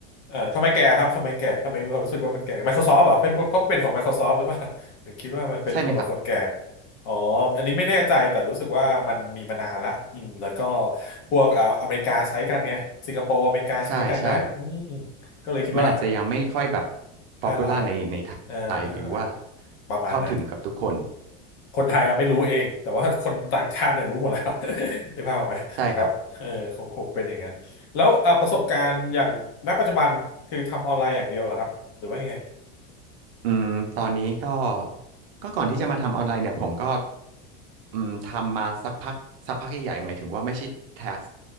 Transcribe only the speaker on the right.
ใช่ไหมครับ
ใช่ใช่
มันอาจจะยังไม่ค่อยแบบ
p o p u l a r ในใน
ไทยหรือว่า
เข้าถึงกับทุกคน
ใช่ครับ อืมตอนนี้ก็ก็ก่อนที่จะมาทำออนไลน์เนี่ยผมก็อืมทำมาสักพักสักพักใหญ่ๆหมายถึงว่าไม่ใช่ tax